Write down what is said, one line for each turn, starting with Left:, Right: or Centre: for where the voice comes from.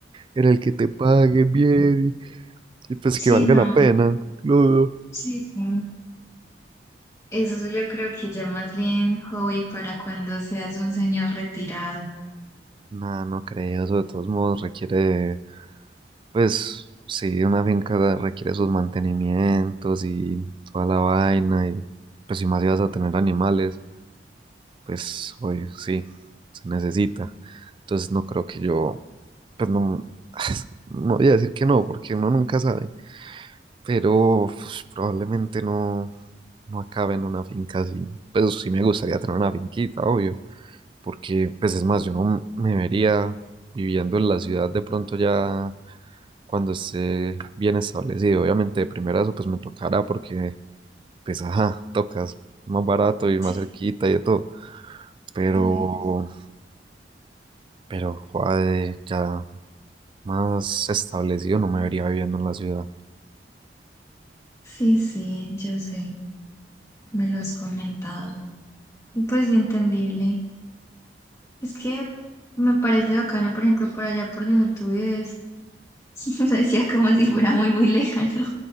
Right: en el que te pague bien y y, pues
Left: Sí,
Right: que valga
Left: no,
Right: la No. pena, claro.
Left: sí, sí. Eso yo creo que ya más bien hobby para cuando seas un señor retirado.
Right: No, no creo, eso de todos modos requiere, pues sí, una finca da- requiere sus mantenimientos y toda la vaina, y pues si más ibas a tener animales, pues obvio, sí, se necesita. Entonces no creo que yo, pues no, <laughs> no voy a decir que no, porque uno nunca sabe, pero pues, probablemente no, no acabe en una finca así. Pues sí me gustaría tener una finquita, obvio, porque pues es más, yo no me vería viviendo en la ciudad de pronto ya cuando esté bien establecido. Obviamente de primera eso pues me tocará porque pues ajá, tocas más barato y más
Left: Sí,
Right: cerquita y de todo, pero
Left: sí, sí.
Right: pero joder, ya más establecido no me vería viviendo en la ciudad.
Left: Sí, sí, yo sé, me lo has comentado. Y pues entendible. Es que me parece bacano, por ejemplo, por allá por donde tú vives, <laughs> se decía como si fuera muy, muy lejano.